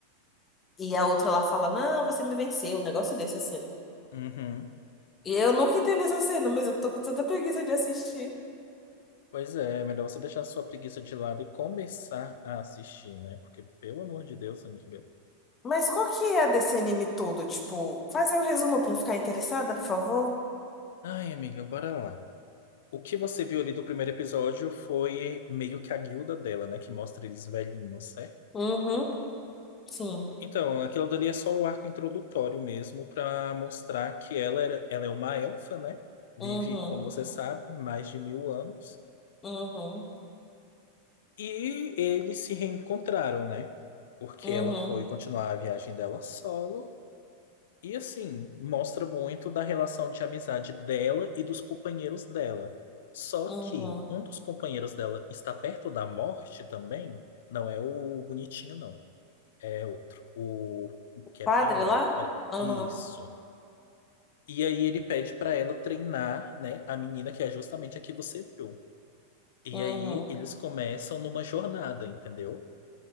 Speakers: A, on the left; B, on the left.
A: e a outra lá fala, não, você me venceu, um negócio desse, a cena.
B: Uhum.
A: E eu nunca entendo essa cena, mas eu tô com tanta preguiça de assistir.
B: Pois é, é melhor você deixar a sua preguiça de lado e começar a assistir, né? Porque, pelo amor de Deus, amiga.
A: Mas qual que é a desse anime todo? Tipo, faz aí um resumo pra eu ficar interessada, por favor.
B: Ai, amiga, bora lá. O que você viu ali do primeiro episódio foi meio que a guilda dela, né? Que mostra eles velhinhos, certo?
A: Uhum, sim.
B: Então, aquilo dali é só o arco introdutório mesmo pra mostrar que ela, era, ela é uma elfa, né? Vive,
A: Uhum,
B: como você sabe, mais de mil anos.
A: uhum,
B: E eles se reencontraram, né? Porque
A: uhum,
B: ela foi continuar a viagem dela solo. E assim, mostra muito da relação de amizade dela e dos companheiros dela. Só
A: uhum.
B: que um dos companheiros dela está perto da morte também. Não é o bonitinho, não. É outro. O que é
A: Padre
B: padre?
A: lá?
B: Pera-
A: Uhum,
B: Isso. E aí ele pede para ela treinar, né, a menina que é justamente a que você viu. E
A: uhum.
B: aí eles começam numa jornada, entendeu?